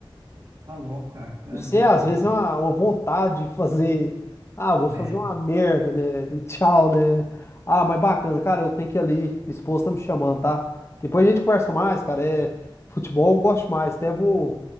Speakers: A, on the right; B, on the left.
A: Tá louco, cara. Tá
B: Não sei,
A: louco,
B: às
A: cara.
B: vezes é uma, uma vontade de fazer. Ah, vou
A: Merda.
B: fazer uma merda, né? E tchau, né? Ah, mas bacana, cara, eu tenho que ir ali. Minha esposa tá me chamando, tá? Depois a gente conversa mais, cara. É, futebol eu gosto mais. Até vou,